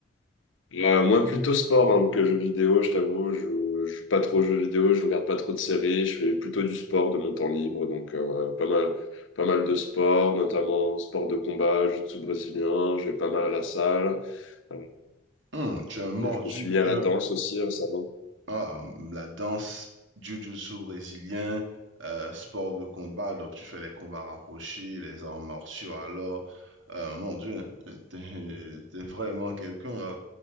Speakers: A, on the left; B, on the right.
A: Euh, moi, plutôt sport hein, que jeux vidéo, je t'avoue. Je je joue pas trop aux jeux vidéo, je regarde pas trop de séries. Je fais plutôt du sport de mon temps libre. Donc, euh, ouais, pas mal, pas mal de sport, notamment sport de combat, jiu-jitsu brésilien. Je vais pas mal à la salle. Euh,
B: Hum, tu es un
A: je
B: mordu,
A: me suis mis à
B: tu
A: la danse
B: es
A: aussi récemment.
B: Ah, hum, la danse, jiu-jitsu brésilien, euh, sport de combat, donc tu fais les combats rapprochés, les arts martiaux, alors, euh, mon Dieu, t'es, t'es vraiment quelqu'un, hein.